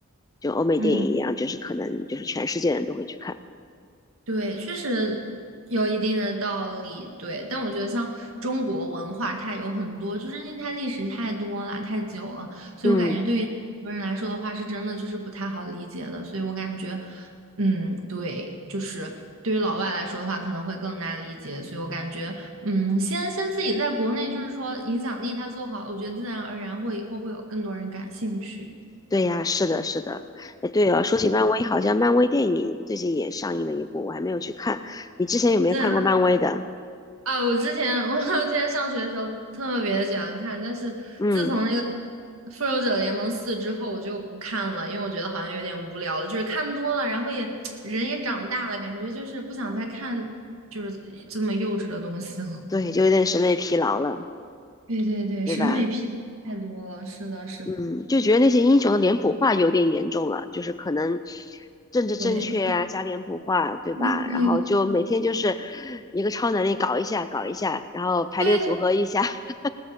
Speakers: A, on the left; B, on the right.
A: 就欧美电影一样，
B: 嗯。
A: 就是可能就是全世界人都会去看。
B: 对，确实有一定的道理。对，但我觉得像中国文化，它有很多，就是因为它历史太多了、太久了，所以我感觉对于很多人来说的话，
A: 嗯，
B: 是真的就是不太好理解的。所以我感觉，嗯，对，就是对于老外来说的话，可能会更难理解。所以我感觉，嗯，先先自己在国内，就是说影响力它做好，我觉得自然而然会以后会有更多人感兴趣。
A: 对呀，是的，是的。哎，对哦，说起漫威，好像漫威电影最近也上映了一部，我还没有去看。你之前有没有看过漫威的？
B: 对，啊，我之前 <laughs> 我之前上学的时候特别喜欢看，但是自从那个
A: 嗯。
B: 《复仇者联盟四》之后，我就不看了，因为我觉得好像有点无聊了，就是看多了，然后也 <tsk> 人也长大了，感觉就是不想再看就是这么幼稚的东西了。
A: 对，就有点审美疲劳了，
B: <laughs> 对对对，
A: 对吧？
B: 审美疲劳太多了，是的，是的，
A: 嗯，就觉得那些英雄的脸谱化有点严重了，就是可能政治正确啊，
B: 对
A: 加脸谱化，对吧？
B: 对。对
A: 然后就每天就是一个超能力搞一下，搞一下，然后排列组合一下，
B: 对
A: <laughs>